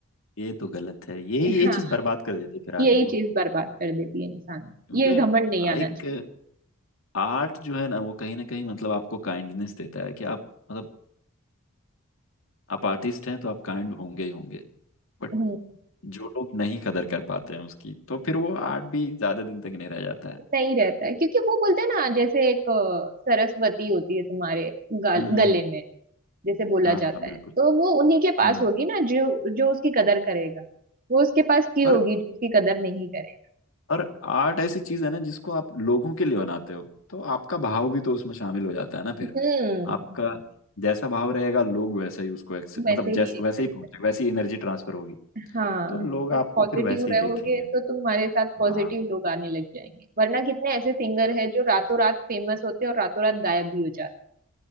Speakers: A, on the left; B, on the right.
A: ये तो गलत है ये
B: <laughs>
A: ये
B: हाँ
A: चीज बर्बाद कर देती है फिर आदमी
B: यही
A: को
B: चीज बर्बाद कर देती है इंसान
A: क्योंकि
B: ये घमंड नहीं आना
A: एक
B: चाहिए
A: आर्ट जो है ना वो कहीं ना कहीं मतलब आपको काइंडनेस देता है कि आप मतलब आप आर्टिस्ट हैं तो आप काइंड होंगे ही होंगे बट
B: हम्म
A: जो लोग नहीं कदर कर पाते हैं उसकी तो फिर वो आर्ट भी ज्यादा दिन तक नहीं रह जाता है
B: नहीं रहता है क्योंकि वो बोलते हैं ना जैसे एक अ, सरस्वती होती है तुम्हारे गाल,
A: हम्म
B: गले में जैसे बोला
A: हाँ
B: जाता
A: हाँ बिल्कुल
B: है तो वो उन्हीं के पास
A: हम्म
B: होगी ना जो जो उसकी कदर करेगा वो उसके पास की होगी
A: और
B: जो उसकी कदर नहीं करे
A: और आर्ट ऐसी चीज है ना जिसको आप लोगों के लिए बनाते हो तो आपका भाव भी तो उसमें शामिल हो जाता है ना फिर
B: हम्म
A: आपका जैसा भाव रहेगा लोग वैसा ही उसको accept-
B: वैसे
A: मतलब
B: ही
A: जैस
B: एक
A: वैसे
B: करते
A: ही पहुंचे
B: हैं
A: वैसी एनर्जी ट्रांसफर होगी
B: हाँ
A: तो लोग
B: तुम
A: आपको
B: पॉजिटिव
A: फिर वैसे ही
B: रहोगे
A: देखेंगे
B: तो तुम्हारे साथ पॉजिटिव
A: हाँ
B: लोग आने लग जाएंगे वरना कितने ऐसे सिंगर हैं जो रातों रात फेमस होते हैं और रातों रात गायब भी हो जाते